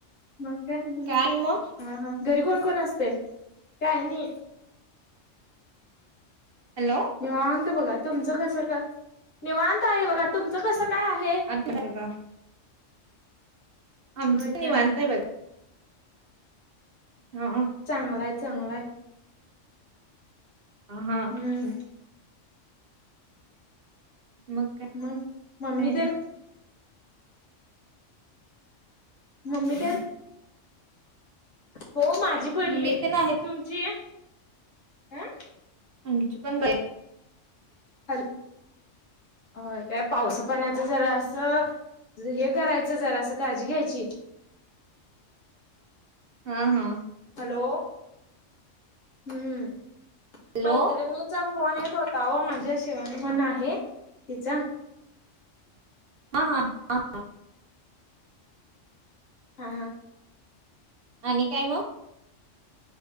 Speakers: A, on the left; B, on the right.
A: मग काय
B: आणि मग
A: हा हा घरी कोण कोण असते काय नाही
B: हॅलो
A: निवांत बघा तुमचं कसं काय निवांत आहे बघा तुमचं कसं काय आहे
B: अ का आमच
A: होय
B: नव
A: का
B: अता इ हा
A: चांगलाय चांगलाय
B: ह हा
A: हम्म
B: मग
A: मग म्मी
B: काय
A: ते मम्मी त्या हो माझी बरी
B: मी
A: आहे
B: तेन
A: तुमची ये आं
B: आमची पण ब
A: ह होय काय पावस पाण्याच जरा असं हे करायचं जरा असं काळजी घ्यायची
B: हा हा
A: हॅलो हम्म
B: हॅलो
A: मैत्रिणी तचा फोन येत होता हो माझ्या शिवानी म्हण आहे तिचा
B: ह हां ह हां
A: हा
B: आणि काय मग